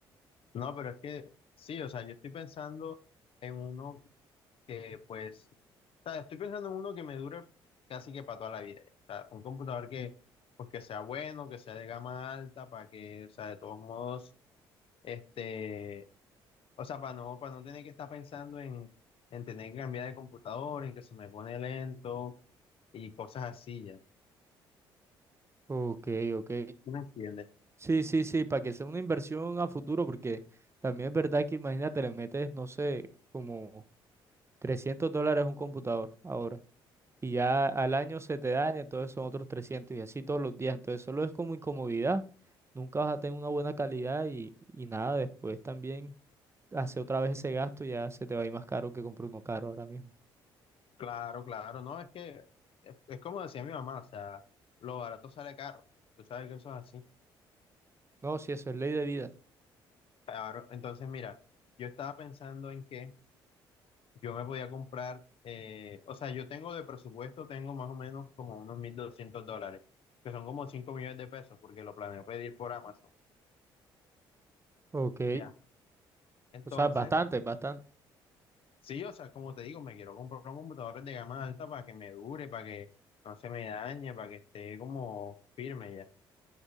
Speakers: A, on the left; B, on the right.
A: no, pero es que sí, o sea, yo estoy pensando en uno que pues, o sea, estoy pensando en uno que me dure casi que para toda la vida. ya. O sea, un computador que pues que sea bueno, que sea de gama alta, para que, o sea, de todos modos, este, o sea, para no, para no tener que estar pensando en, en tener que cambiar de computador, en que se me pone lento y cosas así ya.
B: Ok, ok.
A: ¿Sí ¿Me entiendes?
B: Sí, sí, sí, para que sea una inversión a futuro, porque también es verdad que imagínate, le metes, no sé, como 300 dólares a un computador ahora, y ya al año se te daña, entonces son otros 300 y así todos los días, entonces solo es como incomodidad, nunca vas a tener una buena calidad y, y nada, después también hace otra vez ese gasto, ya se te va a ir más caro que comprar uno caro ahora mismo.
A: Claro, claro, no, es que es, es como decía mi mamá, o sea, lo barato sale caro, tú sabes que eso es así.
B: No, sí, eso es ley de vida.
A: Claro, entonces mira, yo estaba pensando en que yo me podía comprar, eh, o sea, yo tengo de presupuesto, tengo más o menos como unos 1.200 dólares, que son como 5 millones de pesos, porque lo planeo pedir por Amazon,
B: Ok,
A: ya. Entonces,
B: o sea, bastante, bastante.
A: sí, o sea, como te digo, me quiero comprar un computador de gama alta para que me dure, para que no se me dañe, para que esté como firme